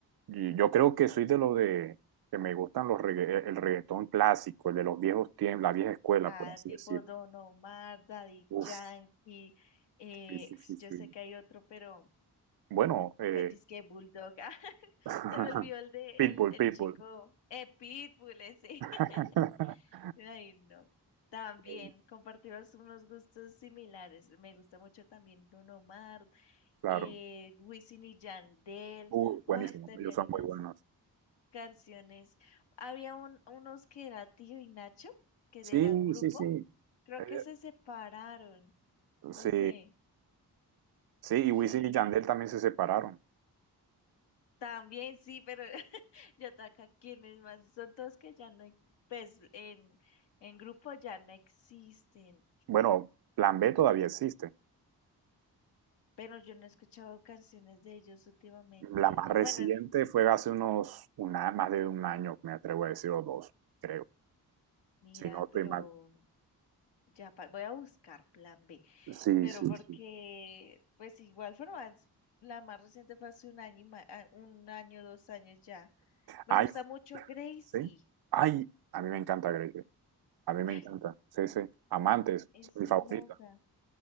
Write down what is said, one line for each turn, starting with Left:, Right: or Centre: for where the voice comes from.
Right: Y yo creo que soy de los de que me gustan los regga- el reggaetón clásico, el de los viejos tiempos, la vieja escuela,
Left: Ah,
Right: por así
Left: tipo
Right: decirlo.
Left: Don Omar, Daddy
Right: Uf,
Left: Yankee. Eh,
Right: sí, sí,
Left: pues
Right: sí, sí.
Left: yo sé que hay otro, pero,
Right: Bueno, eh,
Left: pero es que Bulldog. <laughs> ah,
Right: <laughs>
Left: se me olvidó el de
Right: Pitbull,
Left: el, el
Right: Pitbull.
Left: chico. Eh, Pitbull, ese.
Right: <laughs>
Left: <laughs> Ay, no. También
Right: Eh,
Left: compartimos unos gustos similares. Me gusta mucho también Don Omar,
Right: Claro.
Left: eh, Wisin y Yandel.
Right: Uh,
Left: Ay,
Right: buenísimo.
Left: tenían
Right: Ellos son
Left: unas.
Right: muy buenos.
Left: canciones. Había un- unos que era Tío y Nacho, que eran
Right: Sí,
Left: grupo.
Right: sí, sí.
Left: Creo
Right: Eh,
Left: que se separaron, no
Right: sí,
Left: sé.
Right: sí. Y
Left: Y
Right: Wisin y Yandel también se separaron.
Left: también sí, pero <laughs> yo acá quienes más. Son todos que ya no, pues en, en grupo ya no existen.
Right: Bueno, Plan B todavía existe.
Left: Pero yo no he escuchado canciones de ellos últimamente.
Right: La más
Left: O
Right: reciente
Left: bueno,
Right: fue hace unos, una, más de un año, me atrevo a decir, o dos, creo.
Left: mira,
Right: Si no estoy
Left: pero
Right: mal.
Left: Ya pa- voy a buscar plan B,
Right: Sí,
Left: pero
Right: sí,
Left: porque,
Right: sí.
Left: pues igual forma, es- la más reciente fue hace un año, y ma- ah, un año, dos años ya. Me
Right: Ay,
Left: gusta mucho Gracie.
Right: sí. Ay, a mí me encanta Grey Day. A mí me
Left: Ay,
Right: encanta. Sí, sí. Amantes,
Left: es
Right: es mi
Left: hermosa.
Right: favorita.